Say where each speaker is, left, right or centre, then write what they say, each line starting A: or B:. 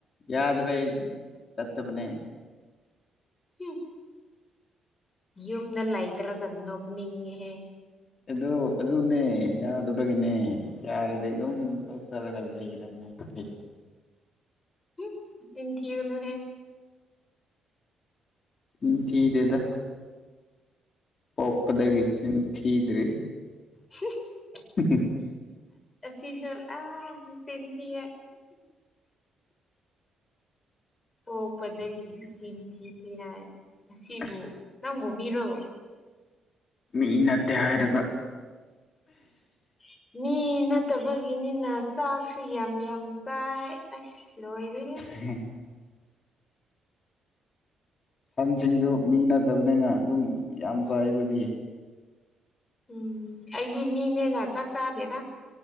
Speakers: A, on the left; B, on the left.
A: ꯌꯥꯗꯕꯩ ꯆꯠꯇꯕꯅꯦ
B: ꯍ ꯌꯨꯝꯗ ꯂ ꯂꯩꯗ꯭ꯔꯒꯟꯅꯣꯒꯅꯤꯍꯦ
A: ꯑꯗꯨ ꯑꯗꯨꯅꯦ ꯌꯥꯗꯕꯒꯤꯅꯦ ꯌꯥꯔꯗꯤ ꯑꯗꯨꯝ ꯂꯧꯆꯂꯒ ꯂꯩꯒꯗꯕꯅꯦ ꯑꯩꯁꯨ
B: ꯅꯤ ꯊꯀꯅ ꯍꯦ
A: ꯎꯝ ꯊꯗꯗ ꯄꯣꯛꯄꯗꯒꯤ ꯁꯤꯟ ꯊꯤꯗ꯭ꯔꯤ
B: <inaudible>
A: ꯊꯀꯦ
B: ꯁꯤꯁ ꯑ ꯁꯤꯇꯤ ꯑꯣ ꯄꯗꯒꯤ ꯁꯤꯝ ꯊꯤ ꯀ ꯍꯥꯏ ꯉꯁꯤꯕꯨ
A: ꯑꯁ
B: ꯅꯪꯕꯨ ꯃꯤꯔꯣ
A: ꯃꯤ ꯅꯠꯇꯦ ꯍꯥꯏꯔꯒ
B: <inaudible> ꯃꯤ ꯅꯠꯇꯕꯒꯤꯅꯤꯅ ꯆꯥꯛꯁꯨ ꯌꯥꯝ ꯌꯥꯝ ꯆꯥꯏ ꯑꯁ ꯂꯣꯏꯔꯦ
A: <inaudible> ꯁꯟꯁꯤꯡꯗꯨ ꯃꯤ ꯅꯠꯇꯕꯅꯤꯅ ꯑꯗꯨꯝ ꯌꯥꯝ ꯆꯥꯏ ꯑꯗꯨꯗꯤ
B: ꯎꯝ ꯑꯩꯗꯤ ꯃꯤꯅꯦꯅ ꯆꯥꯛ ꯆꯥꯗꯦꯔ